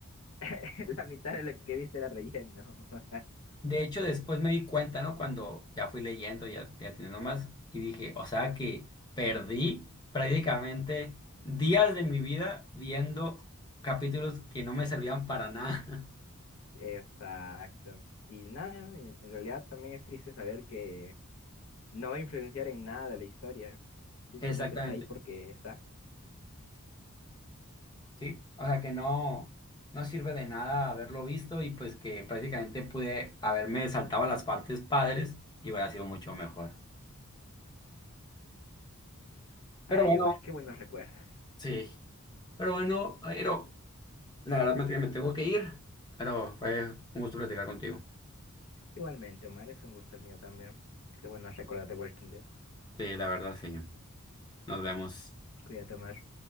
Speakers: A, on the left (about 70°); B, on the left (about 20°).
A: <laughs> la mitad de lo que viste era relleno. <laughs>
B: De hecho, después me di cuenta, ¿no? Cuando ya fui leyendo, ya, ya teniendo más, y dije, o sea que perdí prácticamente días de mi vida viendo capítulos que no me servían para nada.
A: Exacto. Y nada, en en realidad también es triste saber que no va a influenciar en nada la historia. Simplemente
B: <laughs> Exactamente,
A: está ahí porque está.
B: sí. O sea que no, no sirve de nada haberlo visto y pues que prácticamente pude haberme saltado las partes padres y hubiera sido mucho mejor. Pero
A: Ay,
B: bueno,
A: Omar, qué buenos recuerdos.
B: sí. Pero bueno, Airo, la verdad me me tengo que ir, pero fue un gusto platicar contigo.
A: Igualmente, Omar, es un gusto el mío también. Qué bueno recordar de Walking Dead.
B: Sí, la verdad, sí. Nos vemos.
A: Cuídate, Omar.